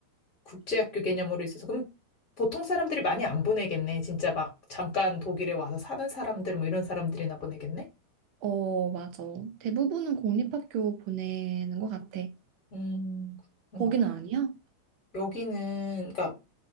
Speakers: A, on the left (about 35°); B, on the right (about 45°).
A: 국제학교 개념으로 있어서 그럼 보통 사람들이 많이 안 보내겠네. 진짜 막 잠깐 독일에 와서 사는 사람들 뭐 이런 사람들이나 보내겠네.
B: 어, 맞아. 대부분은 공립학교 보내는 것 같아.
A: 음, 그렇구나.
B: 거기는 아니야?
A: 여기는 그러니까